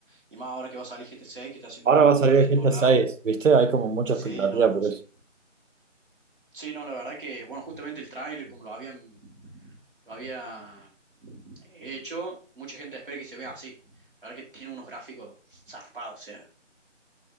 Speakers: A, on the right; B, on the right.
A: Y más ahora que va a salir GTA 6, que está haciendo
B: Ahora
A: una bomba
B: va a salir
A: ya
B: el
A: en
B: GTA
A: todos lados.
B: 6 ¿viste? Hay como mucha
A: Sí,
B: expectativa
A: no, no,
B: por
A: sí.
B: eso.
A: Sí, no, la verdad que, bueno, justamente el tráiler, como lo habían, lo había eh, hecho, mucha gente espera que se vea así. La verdad que tiene unos gráficos zarpados, o sea,